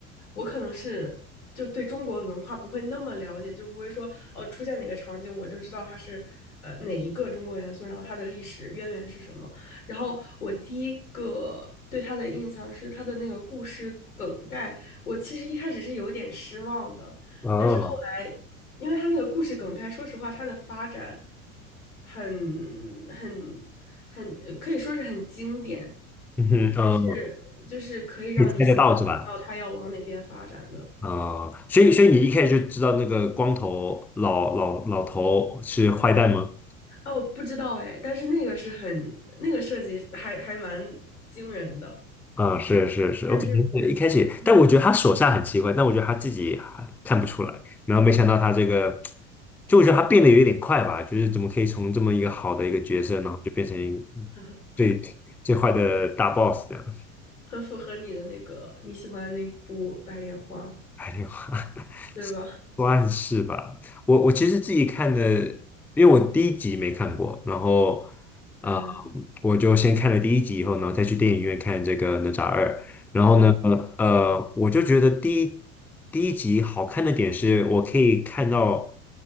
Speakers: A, on the left (about 80°); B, in the centre.
A: 我可能是就对中国文化不会那么了解，就不会说哦，出现哪个场景我就知道它是呃哪一个中国元素，然后它的历史渊源是什么。然后我第一个对他的印象是他的那个故事梗概，我其实一开始是有点失望的，
B: 哦，
A: 但是后来，因为他那个故事梗概，说实话，他的发展很很很可以说是很经典，
B: 嗯哼，
A: 但是就是可以让你想象得到他要往哪边发展的。
B: 嗯，可以猜得到是吧？哦，所以所以你一开始就知道那个光头老老老头是坏蛋吗？
A: 哦，不知道哎，但是那个是很那个设计还还蛮惊人的，
B: 啊、是是是，
A: 但是
B: 我可能是一开始，
A: 嗯。
B: 但我觉得他手下很奇怪，但我觉得他自己还看不出来，然后没想到他这个，就我觉得他变得有点快吧，就是怎么可以从这么一个好的一个角色，然后就变成
A: <laughs>
B: 最最坏的大 boss 这样，
A: 很符合你的那个你喜欢的那部《白莲花》，
B: 哎呦，<laughs>
A: 对吧？<laughs>
B: 算是吧。我我其实自己看的，因为我第一集没看过，然后
A: 嗯
B: 啊呃我就先看了第一集以后，然后再去电影院看这个《哪吒二》。然后呢，
A: 嗯
B: 呃，我就觉得第一第一集好看的点是，我可以看到